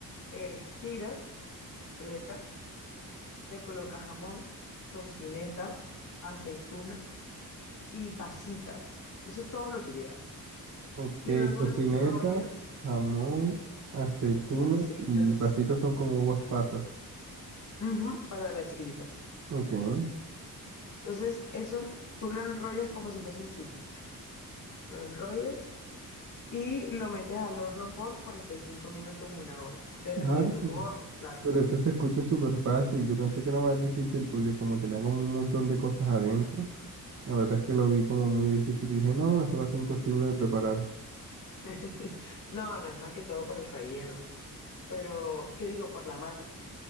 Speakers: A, on the left; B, on the right.
A: eh, la estiras completa le colocas jamón, tocineta, aceitunas y pasitas. Eso es todo lo que lleva.
B: Ok,
A: Y luego
B: tocineta,
A: lo enrollas,
B: jamón, aceitunas
A: pasitas,
B: y pastitas son como uvas pasas.
A: ujú, para las chiquititas.
B: Ok.
A: Entonces, eso tú lo enrollas como si fuese un sushi. Lo enrollas y lo metes al horno por 45 minutos, una hora, dependiendo
B: Ah,
A: tu horno, claramente.
B: pero ese se escucha súper fácil. Yo pensé que era más difícil porque como tenía como un montón de cosas adentro, la verdad es que lo vi como muy difícil y dije, no, eso va a ser imposible de preparar.
A: <laughs> No, no es más que todo por el relleno, pero, ¿qué digo? Por la masa.